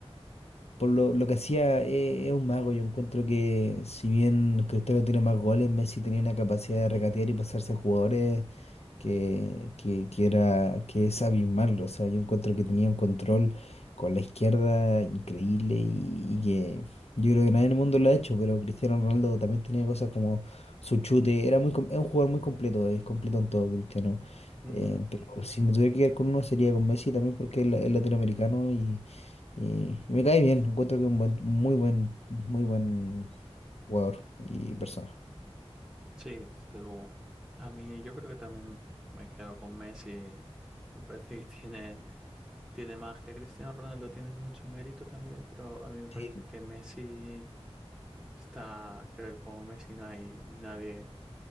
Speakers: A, on the left; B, in the centre.
A: por lo, lo que hacía eh, es un mago. Yo encuentro que si bien Cristiano tiene más goles, Messi tenía una capacidad de regatear y pasarse a jugadores que, que, que era, que es abismarlo. O sea, yo encuentro que tenía un control con la izquierda increíble y, y que yo creo que nadie en el mundo lo ha hecho, pero Cristiano Ronaldo también tenía cosas como su chute. Era muy, com- es un jugador muy completo, es completo en todo, Cristiano.
B: ujú.
A: Eh, pero si me tuviera que quedar con uno sería con Messi también porque es la- es latinoamericano y, y me cae bien, encuentro que es un buen, muy buen, muy buen jugador y persona.
B: Sí, desde luego. A mí yo creo que también me he quedado con Messi. Me parece que <laughs> tiene, tiene magia. Cristiano Ronaldo tiene mucho mérito también, pero a mí me parece
A: Sí.
B: que Messi está, creo que como Messi no hay nadie.